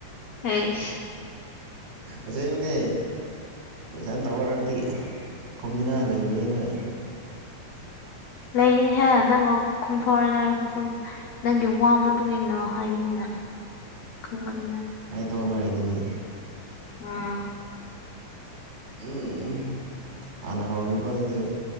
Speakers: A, on the left (about 80°); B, on the right (about 85°).
A: ꯑꯩꯁ
B: ꯑꯁꯦꯡꯕꯅꯦ ꯀꯣꯏꯁꯟ ꯇꯧꯅꯔꯗꯤ ꯈꯨꯝꯅꯤꯡꯉꯥꯏ ꯂꯩꯔꯣꯏꯌꯦ ꯅꯣꯏ
A: ꯂꯩꯅꯤꯍꯦ ꯅꯪꯑꯣ ꯈꯨꯝꯊꯣꯔꯛꯑꯗꯤ ꯑꯩꯈꯣꯏ ꯁꯨꯝ ꯅꯪꯒꯤ ꯋꯥ ꯃꯇꯨꯡ ꯏꯟꯅ ꯍꯥꯏꯒꯅꯤꯅ ꯈꯨꯝꯒꯅꯤꯅ
B: ꯍꯥꯏꯗꯣꯛꯂꯔꯣꯏ ꯑꯗꯨꯗꯤ
A: ꯎꯝ
B: ꯎꯝ ꯍꯥꯟꯅ ꯍꯧꯔꯒꯦꯀꯣ ꯑꯗꯨꯗꯤ